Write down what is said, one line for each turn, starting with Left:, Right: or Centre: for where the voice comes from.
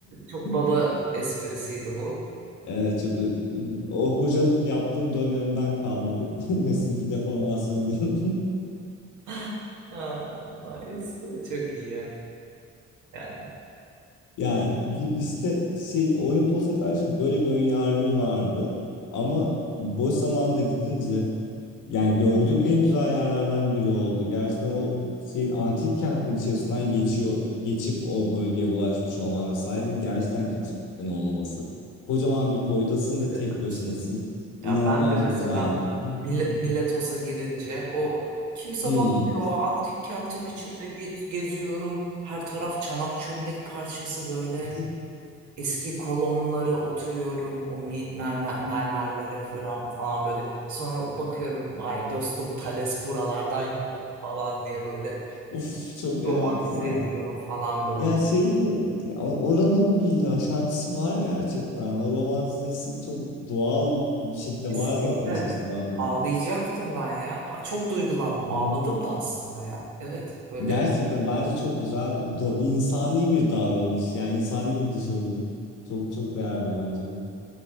Right: çok baba
Left: <laughs>
Right: esprisiydi bu. <gasps>
Left: Evet, çok o hocalık yaptığım dönemden kalma bir <laughs> mesleki deformasyon diyeyim.
Right: <laughs> Ha, nice. Çok iyi ya. Ya,
Left: Yani bu işte şey Olimpos'a karşı böyle bir ön yargım vardı. Ama boş zamanında gidince yani gördüğüm en güzel yerlerden biri oldu. Gerçekten o şeyin antik kentin içerisinden geçiyor, geçip o bölgeye ulaşmış olman vesaire gerçekten kimsenin olmaması. Kocaman bir koydasın ve
Right: evet.
Left: tek başınasın. İnanılmaz
Right: Ya ben de mesela
Left: güzeldi.
Right: Mil-
Left: <laughs>
Right: Miletos'a girince o kimse
Left: Hmm.
Right: bakmıyor. O antik kentin içinde gez- geziyorum. Her taraf çanak çömlek parçası böyle.
Left: <laughs>
Right: eski kolonlara oturuyorum o mi- mermer, mermerlere falan, falan böyle. Sonra bakıyorum vay dostum Thales buralardan yürüdü falan diye böyle
Left: Uf çok evet
Right: romantize
Left: ya.
Right: ediyorum falan böyle.
Left: Yani şey mi? Ya Oranın ama bir yaşantısı var gerçekten. O romantizesi çok doğal bir şekilde
Right: Kesinlikle
Left: var zaten içerisinde bence.
Right: ağlayacaktım ben ya. Ha, Çok duygulandım.
Left: Hmm.
Right: Ağladım da aslında ya. Evet böyle
Left: Gerçekten bence çok güzel, do- insani bir davranış. Yani insani bir dışavurun. Çok çok değerli bence bu.